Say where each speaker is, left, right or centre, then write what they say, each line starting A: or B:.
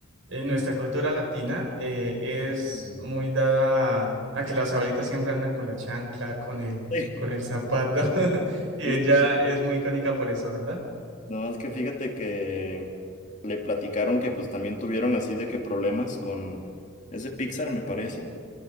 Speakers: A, on the right; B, on the left.
A: en nuestra cultura latina, eh, es
B: Ujú.
A: muy
B: <laughs>
A: dada a, a que las abuelitas siempre andan con la chancla, con el,
B: Sí,
A: con el zapato, <laughs> y
B: justo,
A: ella
B: justo.
A: es muy icónica por eso, ¿verdad?
B: No, es que fíjate que le platicaron que pues también tuvieron así de que problemas con... Es de Pixar, me parece.